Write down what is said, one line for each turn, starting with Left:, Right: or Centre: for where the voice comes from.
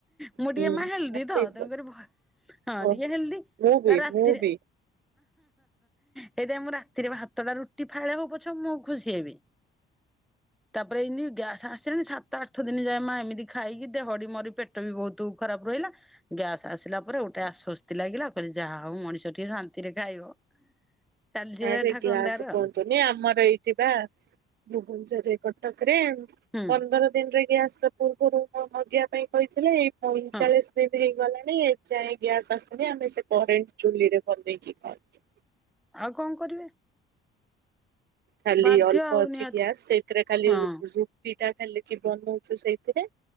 Centre: ମୁଁ
Right: ହୁଁ
Centre: ଟିକେ ମା ହେଲଦି ତ
Right: ଠିକ
Centre: ତେଣୁକରି ହଁ
Right: କଥା
Centre: ଟିକେ ହେଲଦି
Right: ମୁଁ ବି
Centre: ତ ରାତିରେ
Right: ମୁଁ ବି
Centre: ହେଇତିପାଇଁ ମୁଁ ରାତ ରାତିରେ ଭାତଟା ରୁଟି ଫାଳେ ହଉ ପଛେ ମୁଁ ଖୁସି ହେବି ତାପରେ ଏତି ଗ୍ୟା ଆ ସେତି ସାତ ଆଠ ଦିନ ଯାଏ ମା ଏମିତି ଖାଇକି ଦେହଟି ମୋର ପେଟ ବି ବହୁତ ଖରାପ ରହିଲା। ଗ୍ୟାସ୍ ଆସିଲା ପରେ ଗୋଟେ ଆସ୍ଵସ୍ତି ଲାଗିଲା କହିଲି ଯାହା ହଉ ମଣିଷ ଟିକେ ଶାନ୍ତିରେ ଖାଇବ। ଚାଲିଯିବ
Right: ଆରେ
Centre: ଏ ଠାକୁରଙ୍କ
Right: ଗ୍ୟାସ୍
Centre: ଦୟାରୁ
Right: କୁହନ୍ତୁନି
Centre: ଆଉ।
Right: ଆମର ଏଇଠିବା ଭୁବନେଶ୍ଵରରେ କଟକରେ
Centre: ହୁଁ
Right: ପନ୍ଦର ଦିନରେ ଗ୍ୟାସ ପୂର୍ବରୁ ମଗେଇିବା ପାଇଁ କହିଥିଲି ଏଇ ପଇଁଚାଳିଶ
Centre: ହଁ
Right: ଦିନ ହେଇଗଲାଣି ଏ ଯାଏଁ ଗ୍ୟାସ୍ ଆସୁନି। ଆମେ ସେ କରେଣ୍ଟ ଚୁଲିରେ ବନେଇକି ଖାଉଛୁ।
Centre: ଆଉ କଣ କରିବେ।
Right: ଖାଲି
Centre: ବାଧ୍ୟ
Right: ଅଳ୍ପ
Centre: ଆଉ
Right: ଅଛି
Centre: ନିହାତି
Right: ଗ୍ୟାସ୍ ସେଇଥିରେ ଖାଲି
Centre: ହଁ
Right: ରୁ ଟିଟା ଖାଲିକି ବନଉଛୁ ସେଇଥିରେ